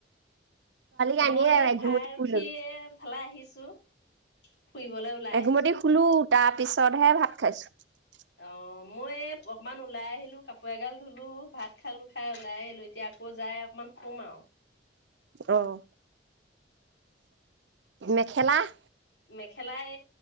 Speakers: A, on the right; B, on the left.
A: কান্দিয়ে
B: মই এই
A: এঘুমতি
B: খাই
A: শুই
B: উঠি
A: ললো।
B: এ খেলাই আহিছোঁ ফুৰিবলৈ ওলাই
A: এঘুমতি
B: আহিছো
A: শুলো তাৰ পিছতহে ভাত খাইছো
B: অ মই অকমান ওলাই আহিলো কাপোৰ এগাল ধুলো ভাত খালো খাই ওলাই আহিলো এতিয়া আকৌ যাই অকমান হোম আও
A: অহ । বিয়াখেলা ।
B: মেখেলাই